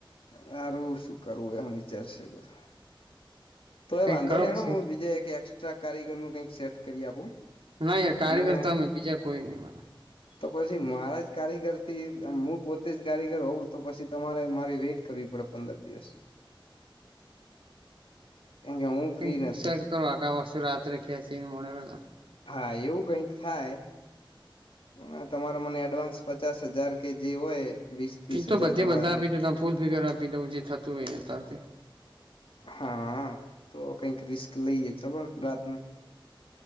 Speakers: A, on the left; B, on the right.
A: મારું શું કરવું એમ વિચારશે બધું તો એ
B: કઈક
A: વાંધો
B: કરો
A: નને હેડ
B: સેટ.
A: હું બીજા એક એસ્ટ્રા કારીગર નું કંઈક સેટ કરી આપું
B: ના યાર કારીગરતા
A: અને
B: અમે બીજા કોઈ નહીને
A: તો પછી મારા જ કારીગરથી હું પોતે જ કારીગર હોઉં તો પછી તમારે મારે વેઇટ કરવી પડે પંદર દિવસ કેમ કે હું
B: પિંક
A: ફ્રી નથી
B: સેટ કર હ ક વસ્તુ રત્રે ખેસી ને મો વળ
A: હા એવું કઈક થાય પણ તમારે મને એડવાન્સ પચાસ હજાર કે જે હોય વીસ ત્રીસ
B: એ તો
A: હજાર
B: બધે
A: તમારે
B: બધા આપી દઉ ત ફૂલ ફિગર આપી દઉં જે થતું હોય અતારથી
A: હા તો કઈક રિસ્ક લઈએે ચલો ને રાત નુ